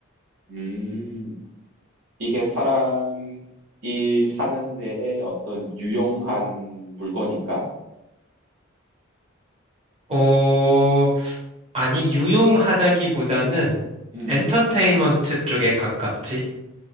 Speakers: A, on the right; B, on the right.
A: 음. 이게 사람이 사는 데에 어떤 유용한 물건인가?
B: 어, 아니, 유용하다기보다는
A: 음.
B: 엔터테인먼트 쪽에 가깝지.